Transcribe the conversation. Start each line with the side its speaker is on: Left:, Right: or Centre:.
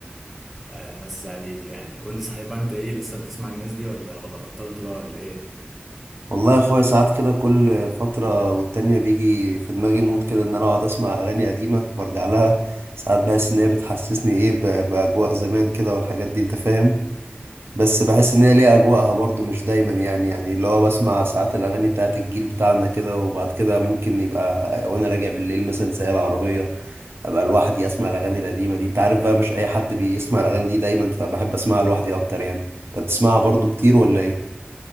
Centre: آه، مسي عليك يعني قول لي صحيح بقى انت ايه لسه بتسمع الناس دي ولا ولا بطلت بقى ولا ايه
Right: والله يا اخويا ساعات كده كل فترة والتانية بيجي في دماغي مود كده ان انا اقعد اسمع اغاني قديمة وارجع لها ساعات بحس ان هي بتحسسني ايه ب- باجواء زمان كده والحاجات دي انت فاهم بس بحس ان هي ليها اجواءها برضو مش دايما يعني يعني اللي هو بسمع ساعات الاغاني بتاعت الجيل بتاعنا كده وبعد كده ممكن يبقى وانا راجع بالليل مثلا سايق العربية ابقى لوحدي اسمع الاغاني القديمة دي انت عارف بقى مش اي حد بيسمع الاغاني دي دايما فبحب اسمعها لوحدي اكتر يعني انت بتسمعها برضو كتير ولا ايه